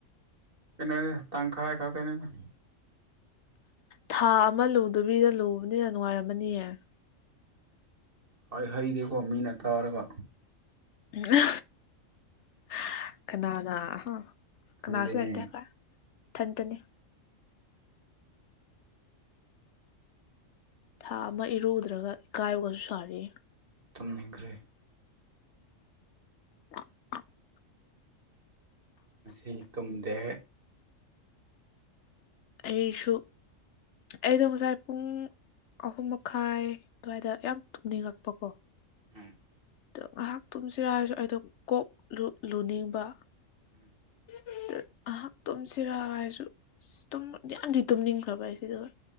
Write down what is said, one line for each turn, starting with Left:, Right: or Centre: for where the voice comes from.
Right: ꯀꯩꯅꯣꯅꯤ ꯇꯪꯈꯥꯏ ꯈꯛꯇꯅꯤꯗ
Left: ꯊꯥ ꯑꯃ ꯂꯨꯗꯕꯤꯗ ꯂꯨꯕꯅꯤꯅ ꯅꯨꯡꯉꯥꯏꯔꯝꯃꯅꯤꯌꯦ
Right: ꯍꯥꯏꯍꯩꯗꯦꯀꯣ ꯃꯤꯅ ꯇꯥꯔꯒ
Left: ꯑꯍ ꯍꯥꯍꯥ ꯀꯅꯥꯅ ꯀꯅꯥꯁꯨ
Right: ꯈꯪꯗꯦꯅꯦ
Left: ꯂꯩꯇꯦ ꯏꯊꯟꯇꯅꯤ ꯊꯥ ꯑꯃ ꯏꯔꯨꯗ꯭ꯔꯒ ꯏꯀꯥꯏꯕꯒꯁꯨ ꯁꯥꯔꯤꯌꯦ
Right: ꯇꯨꯝꯅꯤꯡꯈ꯭ꯔꯦ
Left: <inaudible>
Right: ꯉꯁꯤ ꯇꯨꯝꯗꯦ
Left: ꯑꯩꯁꯨ ꯑꯩꯗꯣ ꯉꯁꯥꯏ ꯄꯨꯡ ꯑꯍꯨꯝ ꯃꯈꯥꯏ ꯑꯗꯨꯋꯥꯏꯗ ꯌꯥꯝ ꯇꯨꯝꯅꯤꯡꯉꯛꯄꯀꯣ
Right: ꯎꯝ
Left: ꯑꯗꯣ ꯉꯍꯥꯛ ꯇꯨꯝꯁꯤꯔ ꯍꯥꯏꯁꯨ ꯑꯩꯗꯣ ꯀꯣꯛ ꯂꯨ ꯂꯨꯅꯤꯡꯕ
Right: ꯎꯝ
Left: ꯑꯥ ꯗꯨ ꯉꯍꯥꯛ ꯇꯨꯝꯁꯤꯔꯥ ꯍꯥꯏꯔꯁꯨ ꯏꯁ ꯇꯨꯝꯕꯗꯤ ꯌꯝ ꯇꯨꯝꯅꯤꯡꯈ꯭ꯔꯕ ꯑꯩꯁꯤ ꯗꯨꯒ